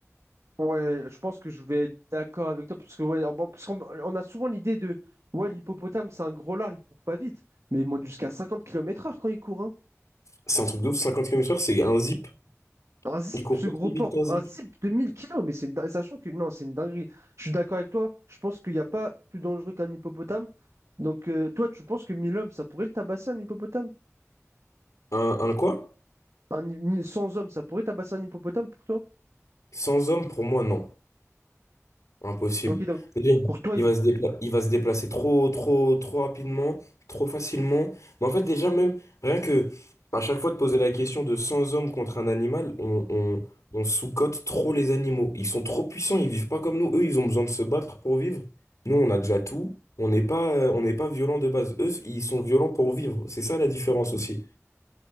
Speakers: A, on the right (about 65°); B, on the left (about 80°).
A: Ouais, je pense que je vais être d'accord avec toi, parce que ouais, bon, parce qu'on on a souvent l'idée de ouais, l'hippopotame, c'est un gros lard, il court pas vite, mais il monte jusqu'à 50 km heure quand il court, hein.
B: C'est un truc de ouf, cinquante km/h, c'est un zip.
A: Un zip,
B: Il court
A: ce
B: aussi
A: gros porc,
B: vite qu'un zip.
A: un zip de 1000 kilos, mais c'est une din- sachant que non, c'est une dinguerie. Je suis d'accord avec toi, je pense qu'il n'y a pas plus dangereux qu'un hippopotame. Donc euh, toi, tu penses que 1000 hommes, ça pourrait le tabasser un hippopotame?
B: Un, un quoi?
A: Un, hi- 100 hommes, ça pourrait tabasser un hippopotame pour toi?
B: Sans homme, pour moi, non. Impossible.
A: Ok, donc
B: Déjà,
A: pour toi,
B: il va se dépla- il va se déplacer trop, trop, trop rapidement, trop facilement. Mais en fait, déjà, même, rien que à chaque fois de poser la question de 100 hommes contre un animal, on, on, on sous-cote trop les animaux. Ils sont trop puissants, ils vivent pas comme nous. Eux, ils ont besoin de se battre pour vivre. Nous, on a déjà tout. On n'est pas, euh, on n'est pas violent de base. Eux, ils sont violents pour vivre. C'est ça la différence aussi.